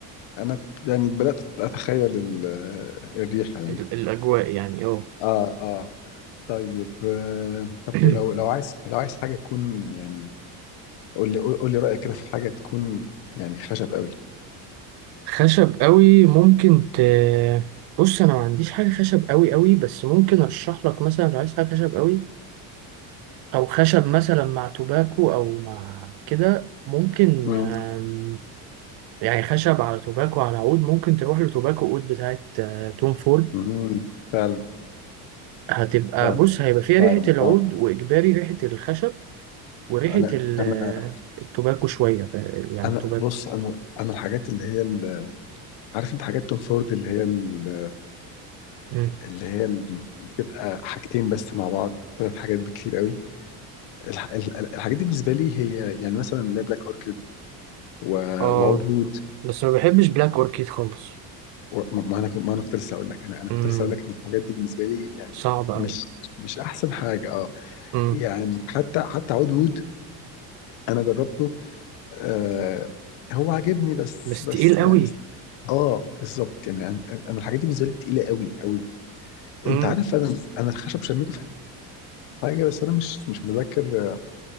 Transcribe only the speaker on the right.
ال- الأجواء يعني اه
<clears throat>
خشب قوي ممكن ت بص أنا ما عنديش حاجة خشب قوي قوي بس ممكن أرشح لك مثلا لو عايز حاجة خشب قوي أو خشب مثلا مع توباكو أو مع كده ممكن
آم، يعني خشب على توباكو على عود ممكن تروح لتوباكو عود بتاعت آه، توم فورد
هتبقى
بص هيبقى فيها
ريحة العود
وإجباري ريحة الخشب وريحة
ال-
التوباكو شوية ف- يعني
توباكو
مم.
اه
بس ما بحبش بلاك اوركيد خالص
امم
صعب قوي
امم
بس
تقيل قوي
امم